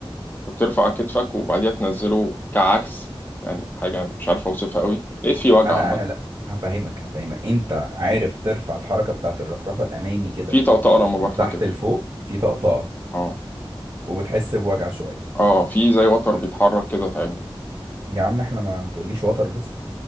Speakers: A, on the left; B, on the right.
A: بترفع كتفك وبعديها تنزله كعكس يعني حاجة مش عارف أوصفها قوي لقيت في وجع
B: انا
A: عامة
B: انا لا هفهمك هفهمك انت عارف ترفع الحركه بتاعت الرفرفه الامامي كده
A: في طقطقة لما
B: من
A: برفع
B: تحت
A: كتفي
B: لفوق في طقطقة
A: اه
B: وبتحس بوجع شوية
A: اه في زي وتر
B: وال-
A: بيتحرك كده تعبني
B: يا عم احنا ما تقوليش وتر بس